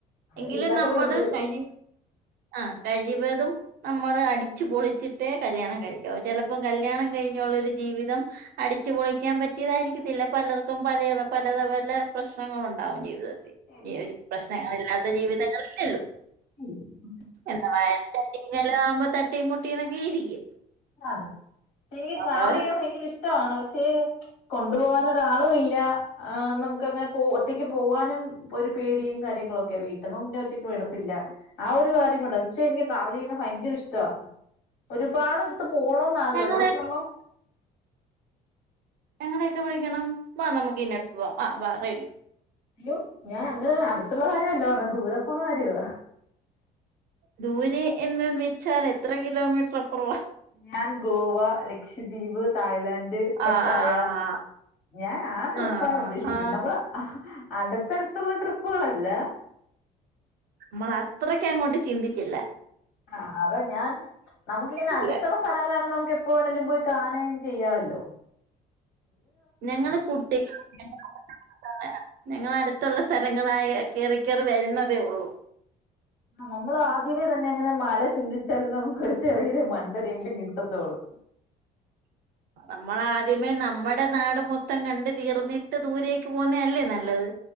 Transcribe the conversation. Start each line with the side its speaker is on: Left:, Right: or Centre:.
Left: അത്
Right: എങ്കിലും
Left: ഇല്ലാത്തവരുണ്ട്
Right: നമ്മള് കഴ ആ കഴിവതും നമ്മള് അടിച്ചു പൊളിച്ചിട്ട് കല്യാണം കഴിക്കാവ ചിലപ്പോം കല്യാണം കഴിഞ്ഞ ള്ള ഒരു ജീവിതം അടിച്ചുപൊളിക്കാൻ പറ്റിയതായിരിക്കത്തില്ല പലർക്കും പല പലത പല പ്രശ്ന പ്രശ്നങ്ങൾ ഉണ്ടാവും ജീവിതത്തിൽഈ
Left: ശരിയാ
Right: ഒരു പ്രശ്നങ്ങള ഇില്ലാത്ത ജീവിതങ്ങളല്ലല്ലോ ഒള്ളു
Left: ഉ
Right: യെങ്ങനെയാലും ചട്ടിക്ക് വേലവുമ്പോ തട്ടി മുട്ടിക്കെ ഇരിക്കും
Left: അതെ ഇ
Right: നമ്മള്
Left: ട്രാവൽ ചെയ്യാൻ ഭയങ്കര ഇഷ്ടമാണ് പക്ഷേ കൊണ്ടു പോകാനരു ഒരാളും ഇല്ല അ നമുക്ക്ങ്ങനെ പോ ഒറ്റക്ക് പോവാനും ഒരു പേടിയും കാര്യ കാര്യങ്ങളൊക്കെ വീട്ടന്നുംപിന്നെ ഒറ്റക് വിടത്തില്ല ആ ഒരു കാര്യം കൊണ്ട പക്ഷെ എനിക്ക് ട്രാവൽ ചെയ്യുന്നത് ഭയങ്കര ഇഷ്ട ഒരുപാട് അടുത്ത് പോണന്ന് ആഗ്രഹമുണ്ട്
Right: ഞങ്ങളെ
Left: പക്ഷെ നമ്മ
Right: നങ്ങളെയൊക്കെ വിളിക്കണം വ നമ്മുക്ക് ഇന്നോട്ട് വാ അ ബാ റെഡി
Left: യോ ഞാൻ അങ്ങനെ അടുത്തുള്ള കാര്യല്ലോ പറഞ്ഞ ദൂരെ പോന്ന കാര്യോ
Right: ദൂരെ എന്നന്ന് വച്ചാൽ എത്ര കിലോമീറ്റർ അപ്പുറവാ
Left: ഞാൻ ഗോവ ലക്ഷദ്വീപ് തായ്ലാൻഡ് പട്ടായ
Right: ആഹ്
Left: ഞാൻ ആ ട്രിപ്പാണ്
Right: ആഹാ
Left: ഉദ്ദേശിക്കുന്നത് നമ്മൾ അടുത്തടുത്തുള്ള ട്രിപ്പുകളല്ല
Right: നമ്മൾ അത്രക്കെ അങ്ങോട്ട് ചിന്തിച്ചില്ല
Left: അ അത ഞാൻ നമുക്ക ഇങ്ങനെ
Right: ഇല്ല
Left: അടുത്തുള്ള സ്ഥലങ്ങളാണെങ്ക നമുക്ക് എപ്പോ വേണമെങ്കിലും പോയി കാണ ചെയ്യമല്ലോ
Right: ഞങ്ങള് കുട്ടിൾ <unintelligible> ഞങ്ങളടുത്തുള്ള സ്ഥല ങ്ങള കെയറി കെ യറി വരുന്നതേ ഉള്ളൂ
Left: നമ്മൾ ആദ്യമേ തന്നെ അങ്ങനെ മാല ചിന്തിച്ചാലും നമുക്ക്രു ചെറിയൊരു മൺണ്ടൊരെങ്കിലും കിട്ടത്തുള്ളൂ
Right: <inaudible> നമ്മളാദ്യമേ നമ്മുടെ നാട് മൊത്തം കണ്ട് തീർന്നിട്ട് ദൂരേക്ക് പോന്നേ അല്ലേ നല്ലത്